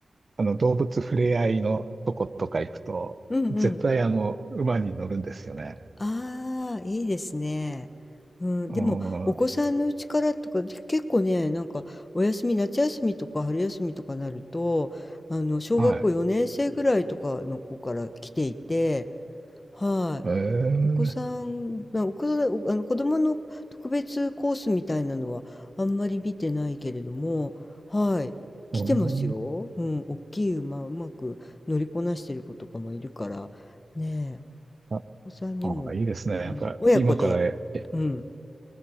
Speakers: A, on the right (about 50°); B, on the left (about 40°).
A: あの動物触れ合いのとことか行くと、
B: うんうん。
A: 絶対、あの、馬に乗るんですよね。
B: ああ、いいですね。うん、
A: うんは
B: でも、お子さんのうちからとか、で結構ね、なんか、お休み、夏休みとか春休みとかなると、あの、小学校4年生ぐらいとかの子から来ていて、
A: い。
B: はい。
A: ええ
B: お子さん、まあ、お子さん、おあの子供の特別コースみたいなのはあんまり見てないけれども、はい、来てますよ。
A: おー
B: うん、大きい馬うまく乗りこなしてる子とかもいるから、ねえ、
A: あ、
B: お子さんにも、
A: あ、いいですね。なんか、
B: うん、親子で、
A: 今から、え
B: うん、